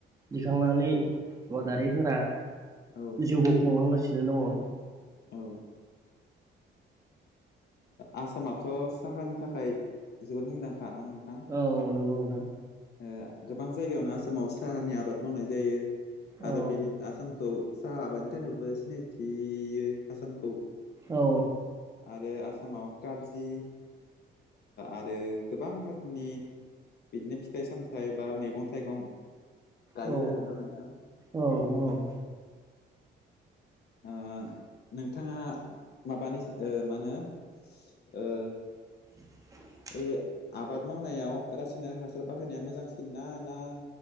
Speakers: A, on the right; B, on the left.
A: दिखांनानै आबादारिफोरा
B: औ
A: जिउखौ खुंलांगासिनो दङ।
B: ओ आसामाथ' साहानि थाखाय जोबोद मुंदांखा न' नोंथां?
A: औ औ नंगौ नोंथां।
B: ओ गोबां जायगायावनो आसामाव साहानि आबाद मावनाय जायो। आरो
A: औ
B: बेनि आसामखौ साहा हाबानि थाखायबो सिनायथियो आसामखौ
A: औ औ
B: आरो आसामाव कार्जि आरो गोबां रोखोमनि बिदिनो फिथाइ सामथायाइ बा मैगं थाइगं गायो
A: औ
B: आरोना नोंथां।
A: औ नोंथां औ
B: ओ नोंथाङा माबानि ओ मानो ओ
A: <inaudible>
B: बे आबाद मावनायाव रासायनारिक हासार बाहायनाया मोजांसिन ना ना